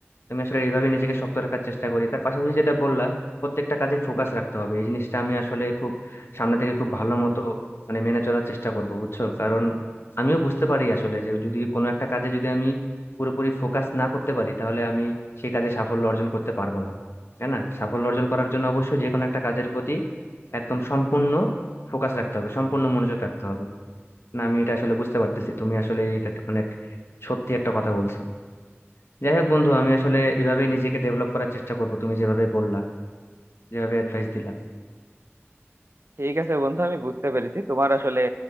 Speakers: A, on the left; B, on the right.
A: তো আমি আসলে এইভাবে নিজেকে শক্ত রাখার চেষ্টা করি তার পাশাপাশি যেটা বললা প্রত্যেকটা কাজে ফোকাস রাখতে হবে এই জিনিসটা আমি আসলে খুব সামনে থেকে খুব ভালো মতো মানে মেনে চলার চেষ্টা করব বুঝছো কারণ আমিও বুঝতে পারি আসলে যে যদি কোনো একটা কাজে যদি আমি পুরোপুরি ফোকাস না করতে পারি তাহলে আমি সেই কাজে সাফল্য অর্জন করতে পারবো না তাই না সাফল্য অর্জন করার জন্য অবশ্যই যে কোনো একটা কাজের প্রতি একদম সম্পূর্ণ ফোকাস রাখতে হবে সম্পূর্ণ মনোযোগ রাখতে হবে না আমি এটা আসলে বুঝতে পারতেছি তুমি আসলে এটা অনেক সত্যি একটা কথা বলছো যাই হোক বন্ধু আমি আসলে এভাবেই নিজেকে ডেভেলপ করার চেষ্টা করব তুমি যেভাবে বললা যেভাবে অ্যাডভাইস দিলা
B: ঠিক আছে বন্ধু আমি বুঝতে পেরেছি তোমার আসলে